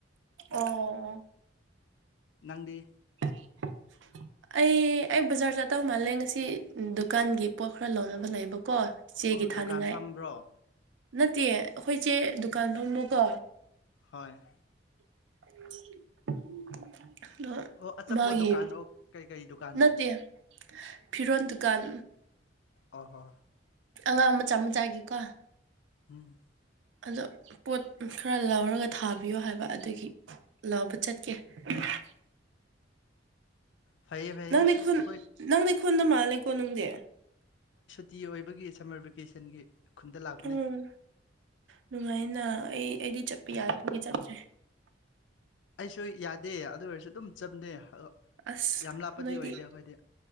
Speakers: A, on the right (about 80°); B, on the left (about 75°).
A: ꯑꯣ
B: ꯅꯪꯗꯤ
A: <unintelligible> ꯑꯩ ꯑꯩ ꯕꯖꯥꯔ ꯆꯠꯇꯧ ꯃꯥꯜꯂꯦ ꯉꯁꯤ ꯗꯨꯀꯥꯟꯒꯤ ꯄꯣꯠ ꯈꯔ ꯂꯧꯅꯕ ꯂꯩꯕꯀꯣ ꯆꯦꯒꯤ
B: ꯑꯣ
A: ꯊꯥꯅꯤꯡꯉꯥꯏ
B: ꯗꯨꯀꯥꯟ ꯐꯝꯕ꯭ꯔꯣ
A: ꯅꯠꯇꯦ ꯑꯩꯈꯣꯏꯆꯦ ꯗꯨꯀꯥꯟ ꯐꯝꯕꯀꯣ
B: ꯍꯣꯏ
A: <unintelligible> ꯑꯗꯣ
B: ꯑꯣ ꯑꯆꯥꯄꯣꯠ
A: ꯃꯥꯒꯤ
B: ꯗꯨꯀꯥꯟꯣ ꯀꯩꯀꯩ ꯗꯨꯀꯥꯟꯅꯣ
A: ꯅꯠꯇꯦ ꯐꯤꯔꯣꯟ ꯗꯨꯀꯥꯟ
B: ꯍꯣꯏ ꯍꯣꯏ
A: ꯑꯉꯥꯡ ꯃꯆꯥ ꯃꯆꯥꯒꯤꯀꯣ
B: ꯎꯝ
A: ꯑꯗꯣ ꯄꯣꯠ ꯈꯔ ꯂꯧꯔꯒ ꯊꯥꯕꯤꯌꯣ ꯍꯥꯏꯕ ꯑꯗꯨꯒꯤ ꯂꯧꯕ ꯆꯠꯀꯦ <unintelligible>
B: ꯐꯩꯌꯦ ꯐꯩꯌꯦ
A: ꯅꯪꯗꯤ
B: ꯑꯁ
A: ꯈꯨꯟ
B: ꯑꯩꯈꯣꯏ
A: ꯅꯪꯗꯤ ꯈꯨꯟꯗ ꯃꯥꯜꯂꯦꯀꯣ ꯅꯪꯗꯤ
B: ꯇꯤ ꯑꯣꯏꯕꯒꯤ ꯁꯝꯃꯔ ꯚꯦꯀꯦꯁꯟꯒꯤ ꯈꯨꯟꯗ ꯂꯥꯛꯄꯅꯦ
A: ꯎꯝ ꯅꯨꯡꯉꯥꯏꯅ ꯑꯩ ꯑꯩꯗꯤ ꯆꯠꯄ ꯌꯥꯗꯕꯒꯤ ꯆꯠꯇ꯭ꯔꯦ
B: ꯑꯩꯁꯨ ꯌꯥꯗꯦ ꯑꯗꯨ ꯑꯣꯏꯔꯁꯨ ꯑꯗꯨꯝ ꯆꯠꯂꯦ ꯑ
A: ꯑꯁ
B: ꯌꯥꯝ ꯂꯥꯞꯄꯗꯤ
A: ꯅꯣꯏꯗꯤ
B: ꯑꯣꯏꯗꯦ ꯑꯈꯣꯏꯗꯤ